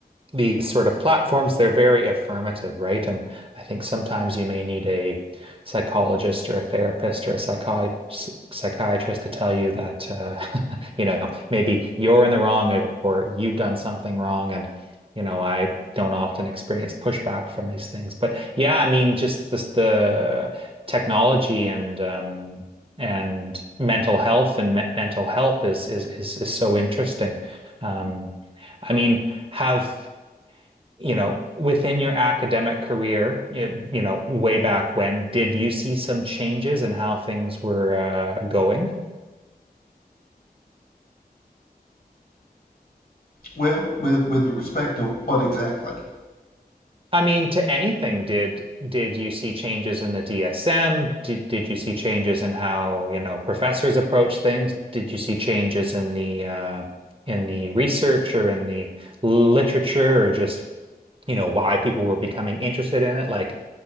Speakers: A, on the right (about 35°); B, on the left (about 65°).
A: these sort of platforms, they're very affirmative, right? And I think sometimes you may need a psychologist or a therapist or a psychi psychiatrist to tell you that, uh, <laughs> you know, maybe you're in the wrong or, or you've done something wrong. And, you know, I don't often experience pushback from these things. But yeah, I mean, just this, the technology and, um, and mental health and me mental help is, is, is, is so interesting. Um, I mean, have you know, within your academic career, you, you know, way back when, did you see some changes in how things were uh, going?
B: Well, with, with respect to what exactly?
A: I mean, to anything, did did you see changes in the DSM? Did did you see changes in how, you know, professors approach things? Did you see changes in the uh, in the research or in the literature or just, you know, why people were becoming interested in it? Like,